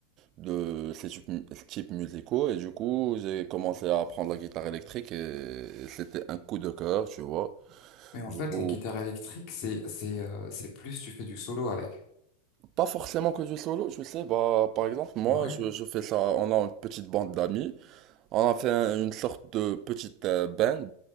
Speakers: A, on the right; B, on the left.
A: de ces types mu- ces types musicaux et du coup j'ai commencé à apprendre la guitare électrique et c'était un coup de cœur tu vois
B: Mais en
A: du
B: fait,
A: coup
B: la guitare électrique, c'est, c'est, euh, c'est plus tu fais du solo avec.
A: pas forcément que du solo je sais bah par exemple moi
B: Ah Ouais,
A: je je fais ça on a une petite bande d'amis On a fait un- une sorte de petite euh, band,